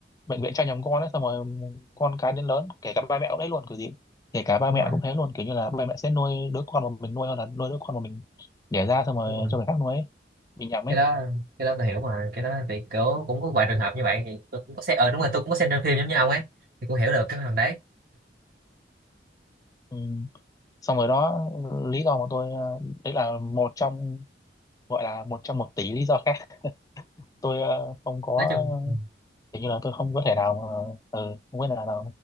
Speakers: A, on the left (about 20°); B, on the right (about 55°).
A: bệnh viện cho nhầm con ấy xong rồi con cái đến lớn kể cả ba mẹ cũng đấy luôn kiểu gì kể cả ba
B: đúng
A: mẹ
B: rồi
A: cũng thế luôn kiểu như là ba mẹ sẽ nuôi đứa con mà mình nuôi hơn là nuôi đứa con mà mình đẻ ra xong rồi
B: đúng rồi
A: cho người khác nuôi ấy. mình nhầm
B: cái
A: ấy
B: đó cái đó tôi hiểu mà cái đó thì kiểu cũng có vài trường hợp như vậy thì tôi cũng có xem ờ đúng rồi tôi cũng có xem trên phim giống như ông ấy thì cũng hiểu được cái thằng đấy
A: ừ. xong rồi đó lý do mà tôi ờ, đấy là một trong gọi là một trong một tỷ lý do khác tôi ờ, không có
B: nói chung ừ,
A: kiểu như là tôi không có thể nào mà ừ, không biết là, là